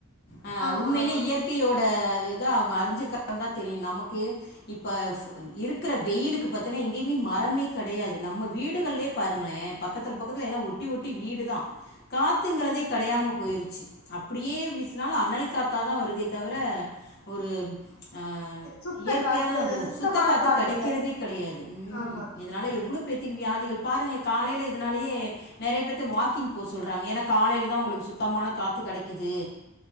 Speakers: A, on the left; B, on the left.
A: அ
B: ஆமா
A: உண்மைலே
B: ஆமா
A: இயற்கையோட இதை அவங்க அறிஞ்சிருக்காங்க தா தெரியு நமக்கு இப்ப ஃபோ இருக்கு இருக்குற வெயிலுக்கு பத்தீனா எங்கேயுமே மரமே கடையாது நம்ம வீடுகள்லே பாருங்களே பக்கத்துல பக்கத்துல எல்லா ஒ ஒட்டி ஒட்டி வீடு தா காத்துங்கிறதே கடையாம போயிருச்சு அப்புடியே வீசுனாலு அனல் காத்தாதா வருதே தவர ஒரு அ
B: சுத்த
A: இயற்கையான
B: காத்து
A: அது
B: சுத்தமான
A: சுத்த காத்து கடைக்கிறதே
B: இல்ல
A: கடையாது
B: ஆமா
A: இதனால எவ்ளோ பேர் வியாதிகள் பாருங்ளே காலையில இதனாலயே நெறைய பேத்த வாக்கிங் போ சொல்றாங்க எனக் காலையில தா உங்களுக்கு சுத்தமான காத்து கெடைக்குது